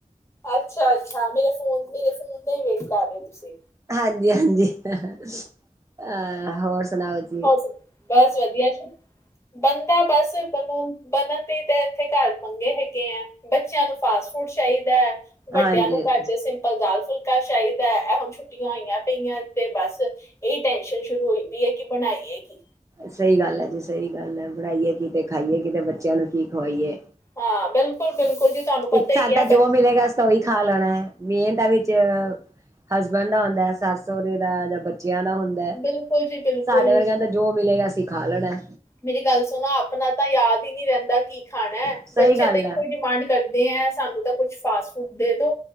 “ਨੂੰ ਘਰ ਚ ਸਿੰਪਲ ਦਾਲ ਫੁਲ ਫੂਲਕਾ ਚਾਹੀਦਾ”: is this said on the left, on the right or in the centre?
Left